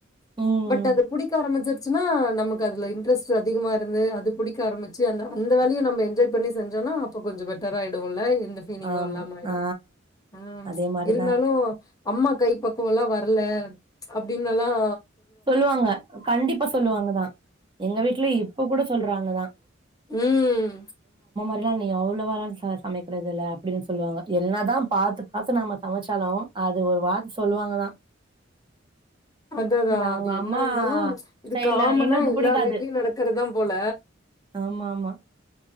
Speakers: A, on the right (about 25°); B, on the left (about 20°).
A: ம்
B: பட் அத புடிக்க ஆரம்பிச்ச ச்சுன்னா நமக்கு க்கு அதுல இன்ட்ரஸ்ட் அதிகமா இருந்து அது புடிக்க ஆரம்பிச்சு அந்த அந்த வேலையும் நம்ப என்ஜாய் பண்ணி செஞ்சோனா கொஞ்சோ பெட்டர் ஆயிடுவோல இந்த ஃபீலிங்கும்
A: ஆமா
B: இல்லாம ஆயிடும்
A: ஆ
B: ஆஹ்
A: அதே மாரிதா
B: இருந்தாலும்
A: இருக்கு
B: அம்மா கை பக்குவல்லாம் வரல அப்டின்னல்லாம்
A: சொல்லுவாங்க கண்டிப்பா சொல்லுவாங்க தான் எங்க வீட்டு்ல இப்ப கூட சொல்றாங்கதான்
B: உம்
A: இல்ல நீ அவ்வளவாலா சமைக்கிறது இல்ல அப்படின்னு சொல்லுவாங்க என்ன தான் பார்த்து பார்த்து நாம சமைச்சாலும் அது ஒரு வார்த்தை சொல்லுவாங்க தான்
B: அததான்
A: அவங்க
B: என்ன
A: அம்மா
B: இருந்தாலும் இது
A: ஸ்டைல்ல
B: காமனா
A: எங்களுக்கு
B: எல்லார்
A: புடிக்காது
B: வீட்லயும் நடக்கிறதுதான் போல
A: ஆமா ஆமா